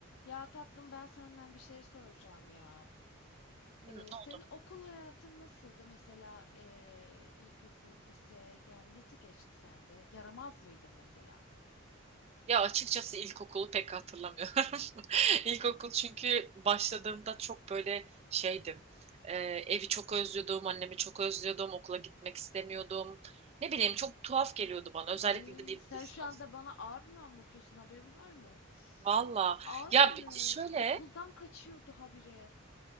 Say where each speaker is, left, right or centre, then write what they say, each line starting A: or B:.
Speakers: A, on the left; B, on the right.
A: Ya tatlım ben senden bir şey soracağım ya.
B: Hmm,
A: Ee,
B: tamam.
A: senin okul hayatın nasıldı? Mesela ee, ilkokul, lise yani nasıl geçti sende? Yaramaz mıydın mesela?
B: Ya açıkçası ilkokulu pek hatırlamıyorum. <laughs> İlkokul çünkü başladığımda çok böyle şeydim. Ee, evi çok özlüyordum, annemi çok özlüyordum, okula gitmek istemiyordum. Ne bileyim çok tuhaf geliyordu bana. Özellikle
A: Ay
B: de birinci
A: sen
B: sınıf.
A: şu anda bana abi mi anlatıyorsun haberin var mı?
B: Valla.
A: Aynı
B: Ya bi- şöyle.
A: okuldan kaçıyordu habire.